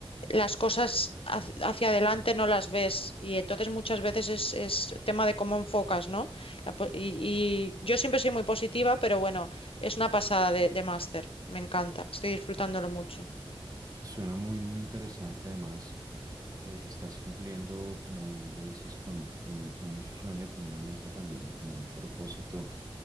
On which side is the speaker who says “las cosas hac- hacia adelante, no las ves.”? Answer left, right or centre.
Left